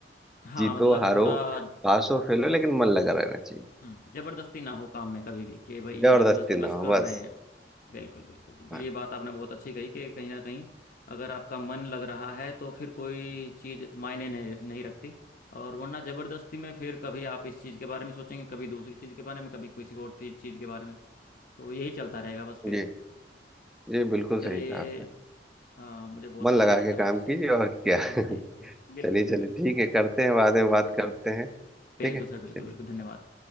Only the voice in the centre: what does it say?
जीतो
हारो
पास हो फेल
हो लेकिन मन लगा रहना चाहिए
जबरदस्ती
ना हो
बस
हाँ
जी जी बिल्कुल
सही कहा आपने
मन
लगा
के
काम
कीजिए और क्या <laughs>
चलिए
चलिए
ठीक है करते हैं बाद में
बात करते हैं ठीक
है चलिए